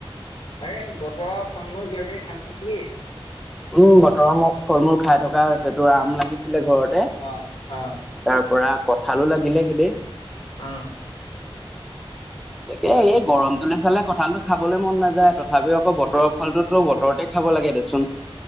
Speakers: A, on the left (about 55°); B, in the centre.
A: এই বতৰ ফল মূল কিবাকে খাইছ নেকি
B: উম বতৰমখ ফল মূল খাই থকা হৈছে তোৰ আৰাম লাগিছে ঘৰতে
A: অ', অ',
B: তাৰ পৰা কঠালো লাগিল নিলেখিদী
A: উম,
B: তাকে এই গৰমটোলে চালে কঁঠালটো খাবলৈ মন নাযায় তথাপিও আকৌ বতৰৰ ফলটোতো বতৰতে খাই খাব লাগে দেচোন